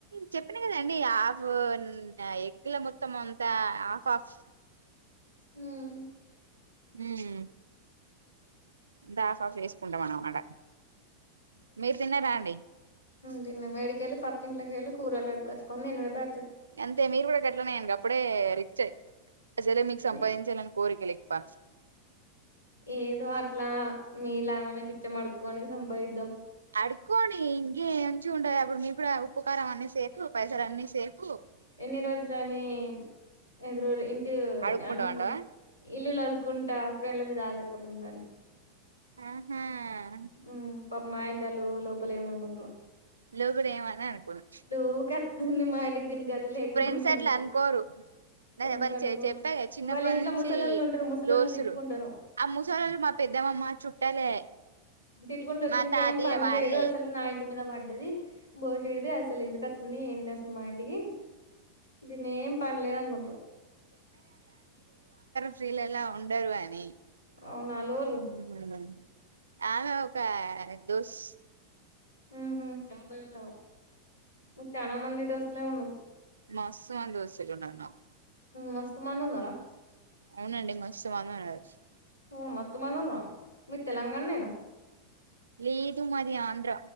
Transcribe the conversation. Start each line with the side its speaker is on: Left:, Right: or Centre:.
Right: చెప్పిన కదండి హాఫ్ ఎగ్గుల మొత్తం అంతా హాఫ్ హాఫ్
Left: మ్మ్
Right: మ్మ్ దాస్ టాప్స్ వేసుకుంటాం అన్నమాట మీరు తిన్నారా అండి
Left: నిన్నా మేడికెళ్ళి పక్కింట్లెకెళ్ళి కూరలు అడుకొచ్చుకొని తినడబా
Right: అంతే మీరు గూడ గట్లమేఇంగా అప్పుడే రిచ్చ్ అసలే మీకు సంపాయించాలని
Left: మే
Right: కోరికలు ఎక్కువ
Left: ఏదో అట్ల మీలాగనే బిచ్చమడుక్కొని సంపాది
Right: అడుక్కోని ఇంగేమ్ <unintelligible> ఉంటది అప్పుడు మీకు కూడ ఉప్పు, కారం అన్ని సేఫు పైసలు అన్ని సేఫు
Left: ఎన్ని రోజులనీ <unintelligible> <unintelligible>
Right: అడుక్కుంటాం
Left: అన్
Right: అంటావా
Left: ఇల్లులడ్ కుంటా ఫ్రెండ్ల మీద ఆధారపడి ఉండాలి
Right: మ్మ్ హ్మ్
Left: హ్మ్ పాపం మాయంతలు లోపలేమనుకుంట్రో
Right: లోగుడు ఏమన్నా అనుకొని
Left: ఊకే అత్తుంది మా ఇంటికి దీని గతి లేక
Right: ఫ్రెండ్స్
Left: అనుకుంట్రు
Right: అట్లా అనుకోరు నేన్
Left: ఎందుకనుకో
Right: ఎవళ్ళు చే చెప్పాగ చిన్నప్పటి
Left: వాళ్ళ ఇంట్లో
Right: నుంచి
Left: ముసలోళ్ళు ఉంటరు ముసలోళ్ళు
Right: దోస్తులు
Left: తిట్టుకుంటరు
Right: ఆ ముసలోళ్లు మా పెద్దమ్మమ్మ చుట్టాలే
Left: తిట్టుకుంటరు
Right: మా
Left: దీనికి
Right: తాతయ్య
Left: ఏం పనిలేదు
Right: వాళ్ళే
Left: అసలు నా ఇం ఇట్టి మీద పడ్డది బోసిడిది అసలు ఎందుకచ్చింది ఏందసలు మా ఇంటికి దీన్నేం పనలేదు అనుకుంటారు
Right: స్త్రీలేలా ఉండరు అని
Left: అవునా లోలు
Right: మ్మ్ ఆమె ఒక దోస్
Left: హ్మ్ అవునా చాన మంది డోస్ అట్లే ఉన్నవ్
Right: మస్త్ మంది దోస్తులు ఉన్నారు నాకు
Left: మస్త్ మందున్నర
Right: అవునండి మస్తు మంది ఉన్నరు
Left: ఉమ్ మత్తు మందున్నర మీది తెలంగానేనా
Right: లేదు మాది ఆంధ్ర